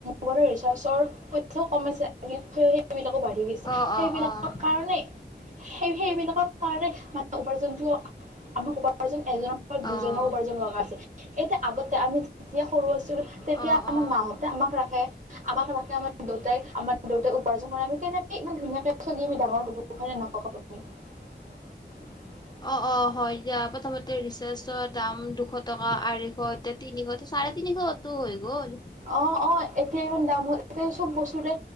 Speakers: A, on the right; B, on the left.
A: মোৰ ৰিচাৰ্চৰ বহুত‌ সম্যস্যা আছিল। সেইবিলাকো বাঢ়ি গৈছে
B: অ',
A: সেইবিলাকৰ
B: অ', অ',
A: কাৰণেই সেই সেইবিলাকৰ কাৰণে মানে উপাৰ্জনটো আম উপাৰ্ উপাৰ্জন এজনৰ পৰা দুজনৰ
B: অ',
A: উপাৰ্জন লগা আছে এতিয়া আগতে আমি যেতিয়া সৰু আছিলো তেতিয়া
B: অ',
A: আমাৰ
B: অ',
A: মাহতে আমাক ৰাখে আমাক ৰাখে আমাৰ দেউতাই আমাৰ দেউতাই উপাৰ্জন কৰা আমি তেনেকে ইমান ধুনীয়াকে চলি আমি ডাঙৰ হলো হয় নে নহয় <unintelligible> <inaudible>
B: অ', -অ', হয় দিয়া প্ৰথমতে ৰিছাৰ্চৰ দাম দুশ টকা, আঢ়ৈশ, এতিয়া তিনিশ, এতিয়া চাৰে তিনি তিনিশটো হৈ গ'ল।
A: অহ - অহ এতিয়া ইমান দাম হ'ল এতিয়া চব বস্তুৰে